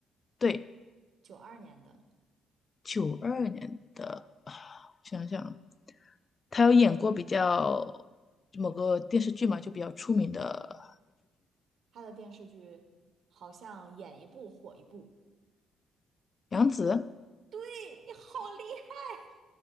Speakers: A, on the left; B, on the right.
A: 对，
B: 九二年的。
A: 九二年的啊，我想想，他有演过比较某个电视剧嘛，就比较出名的
B: 她的电视剧好像演一部火一部。
A: 杨紫。
B: 对，你好厉害，